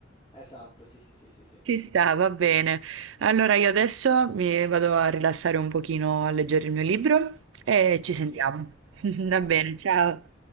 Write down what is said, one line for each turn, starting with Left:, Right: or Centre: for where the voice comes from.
Left: Esatto, sì, sì, sì, sì, sì.
Right: Ci sta, va bene. Allora io adesso mi vado a rilassare un pochino a leggere il mio libro e ci
Left: Anch'io.
Right: sentiamo. <laughs> Va bene,
Left: Va bene.
Right: ciao.